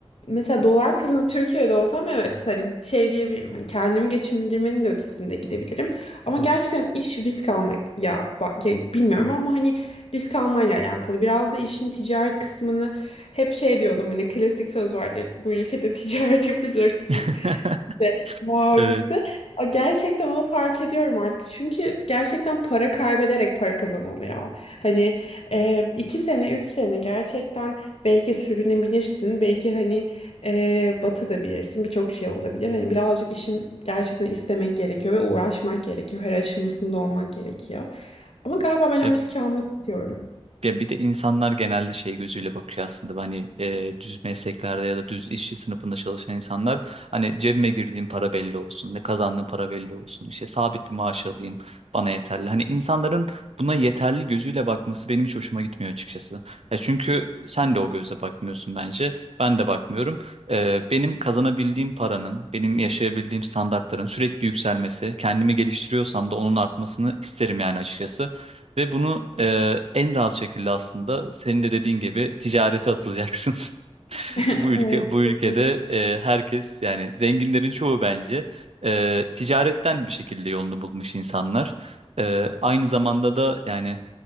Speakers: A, on the left; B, on the right.
A: mesela dolar kazanıp Türkiye'de olsam evet hani şey diyebilirim. Hani kendimi geçindirmenin de ötesinde gidebilirim. Ama
B: Doğru.
A: gerçekten iş risk almak ya, bak, ya bilmiyorum ama hani risk almayla alakalı. Biraz da işin ticaret kısmını hep şey diyordum hani klasik söz vardır. Bu ülkede <laughs> ticaret yapacaksın
B: <laughs>
A: de muhabbeti.
B: Evet.
A: O gerçekten onu fark ediyorum artık. Çünkü gerçekten para kaybederek para kazanılıyor. Hani e, iki sene, üç sene gerçekten belki sürünebilirsin. Belki hani e, batabilirsin. Birçok şey olabilir. Hani birazcık işin gerçekten istemek gerekiyor ve uğraşmak gerekiyor. Her aşamasında olmak gerekiyor. Ama galiba ben
B: Ya,
A: o riski almak istiyorum.
B: ya bir de insanlar genelde şey gözüyle bakıyor aslında hani e, düz mesleklerde ya da düz işçi sınıfında çalışan insanlar hani cebime girdiğim para belli olsun ne kazandığım para belli olsun işte sabit bir maaş alayım bana yeterli hani insanların buna yeterli gözüyle bakması benim hiç hoşuma gitmiyor açıkçası ya çünkü sen de o gözle bakmıyorsun bence ben de bakmıyorum E, benim kazanabildiğim paranın benim yaşayabildiğim standartların sürekli yükselmesi kendimi geliştiriyorsam da onun artmasını isterim yani açıkçası ve bunu e, en rahat şekilde aslında senin de dediğin gibi ticarete atılacaksın. <laughs>
A: <laughs>
B: Bu ülke
A: Evet.
B: bu ülkede
A: kesin.
B: e, herkes yani zenginlerin çoğu bence e, ticaretten bir şekilde yolunu bulmuş insanlar. E, aynı zamanda da yani